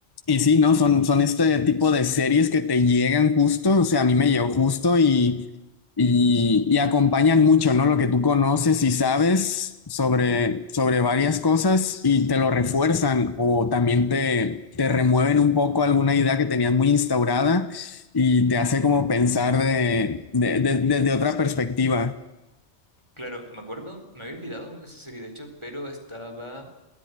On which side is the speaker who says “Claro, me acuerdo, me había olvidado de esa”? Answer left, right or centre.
Right